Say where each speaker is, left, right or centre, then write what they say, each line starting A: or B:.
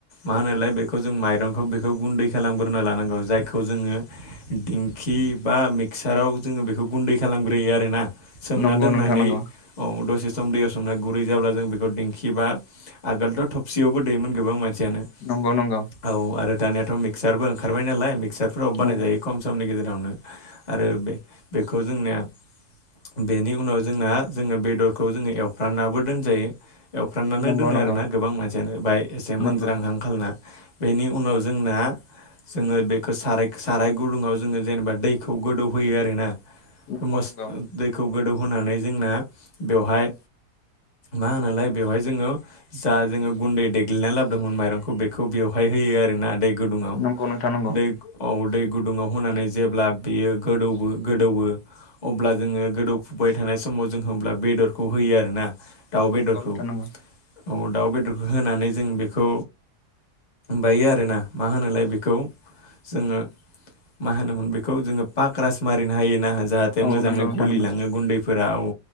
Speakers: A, on the left; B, on the left.
A: मा होनाय बेखौ जों माइरंखौ बेखौ गुन्दै खालामग्रोना लानांगौ जायखौ जोङो दिंखि बा मिक्साराव जोङो बेखौ गुन्दै खालामग्रोयो आरोना सोमना
B: नोंथां नंगौ
A: दोननानै
B: नोंथां नंगौ
A: औ दसे सम दै असनना गुरै जाब्ला जों बेखौ दिंखिबा आगोलथ' थबसियावबो देमोन गोबां मानसि मिथियानो
B: नंगौ नोंथां
A: औ आरो दानियााथ' मिक्सारबो ओंखारबाय नालाय मिक्सारफोराव बानाय
B: नंगौ
A: जायो
B: नंगौ
A: खम समनि गेजेरावनो आरो बे बेखौ जोंनिया बेनि उनाव जोंना जोङो बेदरखौ जोङो एवफ्रानाबो दोनजायो एवफ्राननानै
B: नंगौ
A: दोनो
B: नंगौ
A: आरो ना गोबां मानसियानो बाहाय एसे मोनोद्रां
B: नंगौ
A: हांखालना बेनि उनाव जोंना जोङो बेखौ साराय साराय गुदुङाव जोङो जेनेबा दैखौ गोदौहोयो आरोना
B: नंगौ
A: मस
B: नंगौ
A: दैखौ गोदौहोनानै जोंना बेवहाय मा होनलाय बेवहाय जोङो जा जोङो गुन्दै देग्लिनायना लाबोदोंमोन माइरंखौ बेखौ बेवहाय होयो आरोना दै गुदुङाव
B: नंगौ नोंथां नंगौ
A: दै औ दै गुदुङाव होनानै जेब्ला बेयो गोदौ गोदौवो अब्ला जोङो गोदौफुबाय थानाय समाव जोंब्ला बेदरखौ होयो आरोना दाउ बेदरखौ
B: नंगौ नोंथां नंगौ
A: औ दाउ बेदरखौ होनानै जों बेखौ बायो आरोना मा होनोलाय बेखौ जोङो मा होनोमोन बेखौ जोङो पाक राज मारिनो हायो जाहाथे
B: औ
A: मोजाङै
B: नंगौ नोंथां
A: गलिलाङो
B: नंगौ
A: गुन्दैफोरााव